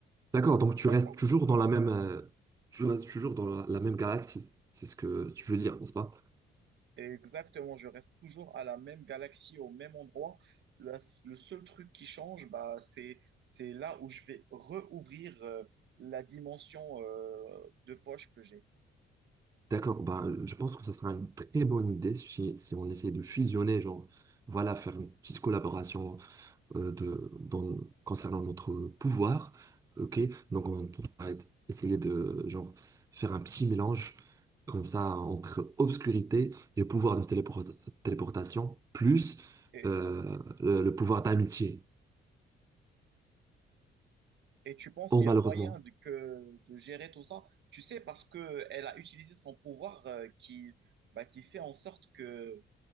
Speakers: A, on the right; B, on the right.
A: D'accord, donc
B: D'accord.
A: tu restes toujours dans la même, euh, tu restes toujours dans la, la même galaxie. C'est ce que tu veux dire, n'est-ce pas?
B: Et exactement, je reste toujours à la même galaxie, au même endroit. La- le seul truc qui change, bah, c'est, c'est là où je vais rouvrir euh, la dimension euh, de poche que j'ai.
A: D'accord, ben, je pense que ça sera une très bonne idée si, si on essaie de fusionner, genre, voilà, faire une petite collaboration euh, de, dans- concernant notre pouvoir. Ok, donc on va être- essayer de genre faire un petit mélange comme ça entre obscurité et pouvoir de téléport- téléportation, plus
B: Et,
A: euh, le, le pouvoir d'amitié.
B: et tu penses
A: Oh,
B: qu'il
A: malheureusement.
B: y a moyen de, que, de gérer tout ça? Tu sais, parce que elle a utilisé son pouvoir euh, qui, bah, qui fait en sorte que